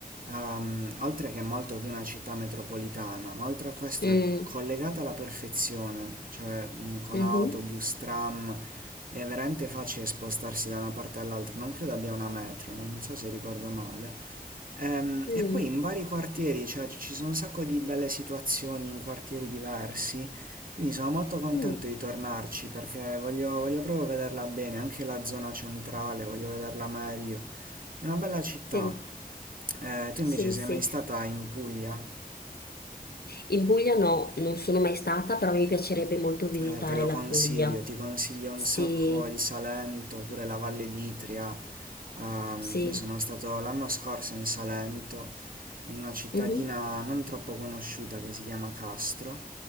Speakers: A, on the right; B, on the left.
A: ehm, oltre che è molto più una città metropolitana, ma oltre a questo
B: mm,
A: è collegata alla perfezione, cioè mm, con
B: mhm,
A: autobus, tram, è veramente facile spostarsi da una parte all'altra, non credo abbia una metro, non so se ricordo male. Ehm,
B: mm,
A: e poi in vari quartieri, cioè ci sono un sacco di belle situazioni in quartieri diversi, quindi sono molto contento
B: mm,
A: di tornarci perché voglio, voglio proprio vederla bene, anche la zona centrale, voglio vederla meglio. È una bella città.
B: Sì,
A: Eh, tu
B: sì,
A: invece sei
B: sì.
A: mai stata in Puglia?
B: In Puglia no, non sono mai stata, però mi piacerebbe molto visitare
A: Eh, te lo
B: la
A: consiglio,
B: Puglia.
A: ti consiglio un
B: Sì,
A: sacco il Salento, oppure la Valle d'Itria. Ehm,
B: sì,
A: io sono stato l'anno scorso in Salento, in una cittadina
B: mhm,
A: non troppo conosciuta che si chiama Castro.